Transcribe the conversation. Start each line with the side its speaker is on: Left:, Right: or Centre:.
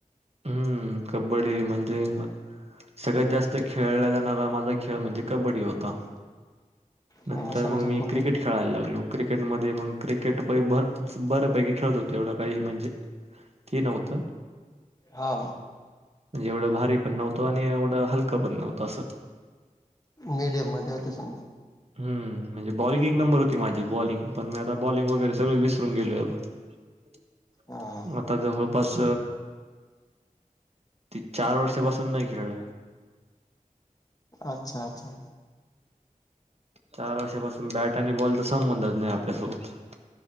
Right: हम्म कबड्डी म्हणजे सगळ्यात जास्त खेळला जाणारा माझा खेळ म्हणजे कबड्डी होता
Left: हा
Right: नंतर
Left: समजा
Right: मग मी
Left: कबड्डी
Right: क्रिकेट खेळायला लागलो क्रिकेटमध्ये मग क्रिकेट बऱ्यापैकी खेळत होत एवढं काही म्हणजे ते नव्हतं
Left: हा
Right: म्हणजेवढं भ पण नत आणि एवढ हलकं पण नव्हत अस
Left: मीडियम मध्ये होते समजा
Right: हम्म म्हणजे बॉलिंग एक नंबर होती माझी बॉलिंग पण मी आता बॉलिंग वगैरे सगळ विसरून गेलो होतता
Left: हा
Right: आता ज जवळपास ती चार वर्षापासून नाही खेळलो
Left: अच्छा अच्छा
Right: चार वर्षापासून बॅट आणि बॉलचा संबंधच नाही आपल्यासोबत